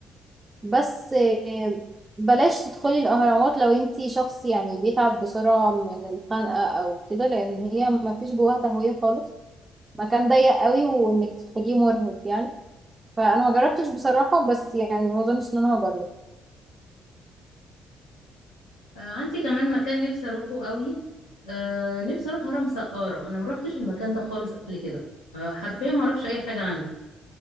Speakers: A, on the right (about 25°); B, on the left (about 80°).
A: بس آه، بلاش تدخلي الاهرامات لو انتي شخص يعني بيتعب بسرعة من الخنقة او كده لان هي ما فيش جواها تهوية خالص مكان ضيق قوي وانك تدخليه مرهق يعني فانا ما جربتش بصراحة بس يعني ما اظنش ان انا هجرب
B: آه، عندي كمان مكان نفسي اروحه قوي آه، نفسي اروح هرم سقارة انا ما روحتش المكان ده خالص قبل كده آه، حرفيا ما اعرفش اي حاجة عنه